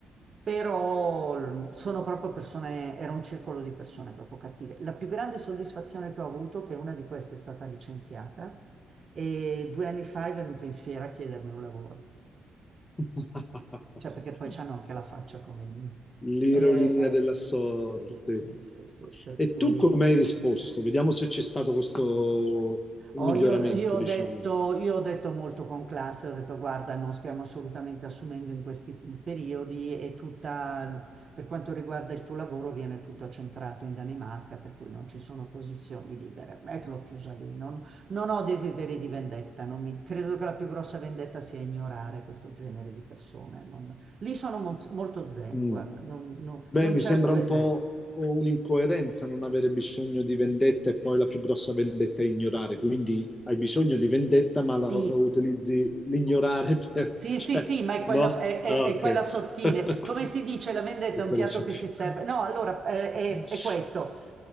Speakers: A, on the right; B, on the left.
A: Però l- sono proprio persone, era un circolo di persone proprio cattive. La più grande soddisfazione che ho avuto è che una di queste è stata licenziata e due anni fa è venuta in fiera a chiedermi un lavoro.
B: <laughs>
A: Cioè, perché poi c'hanno anche la faccia come il... mm.
B: L'ironia
A: Eh, ecco.
B: della sorte.
A: Sì, sì, sì, sì, per
B: E
A: cui...
B: tu come hai risposto? Vediamo se c'è stato questo miglioramento,
A: Oh, io, io ho
B: diciamo.
A: detto, io ho detto molto con classe, ho detto guarda, non stiamo assolutamente assumendo in questi periodi e tutta, per quanto riguarda il tuo lavoro viene tutto centrato in Danimarca, per cui non ci sono posizioni libere. E l'ho chiusa lì, non, non ho desideri di vendetta, non mi- credo che la più grossa vendetta sia ignorare questo genere di persone. non- lì sono mo- molto zen,
B: Mm.
A: guarda, non, non
B: Beh,
A: non
B: mi
A: cerco
B: sembra
A: vendetta.
B: un po' un'incoerenza non avere bisogno di vendetta e poi la più grossa vendetta è ignorare. Quindi hai bisogno di vendetta, ma la
A: Sì.
B: utilizzi l'ignorare per...
A: Sì,
B: <laughs>
A: sì,
B: Cioè,
A: sì, ma è quella,
B: no?
A: è- è-
B: Ah,
A: è
B: ok.
A: quella sottile.
B: <laughs>
A: Come si dice, la vendetta
B: È
A: è
B: quella
A: un piatto
B: sottile.
A: che si serve. No, allora eh,
B: <laughs>
A: è, è questo.